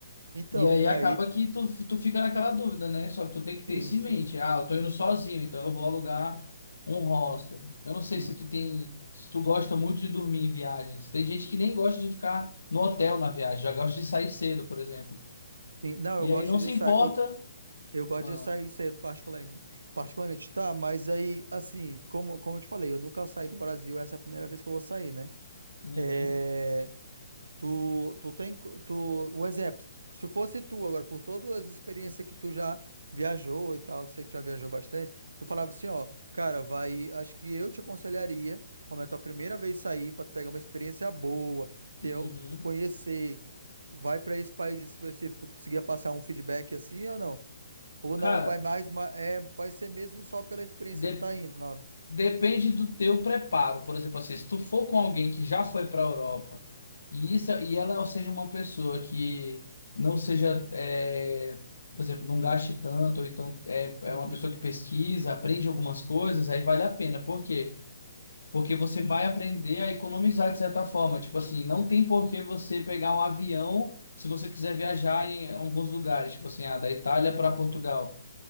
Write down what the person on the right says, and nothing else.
Então,
aí,
sim,
sim.
Uhum.
Sim, Não,
eu gosto
de
sair. Eu, eu gosto
de sair cedo, particularmente. Particularmente, tá? Mas aí, assim, como, como eu te falei, eu nunca saí do Brasil, essa é a primeira vez que eu vou sair, né?
É, Tu, tu tem, tu, o exemplo, se fosse tu agora, por todas as experiências que tu já viajou e tal, sei que tu já viajou bastante, tu falava assim, ó, cara, vai, acho que eu te aconselharia, como é a tua primeira vez sair, pra tu pegar uma experiência boa, ter,
conhecer, vai pra esse país específico, tu conseguia passar um feedback assim ou não? Ou
não, vai mais, ma- é, vai ser mesmo só pela experiência
que tá indo na hora.
Uhum.
Sim.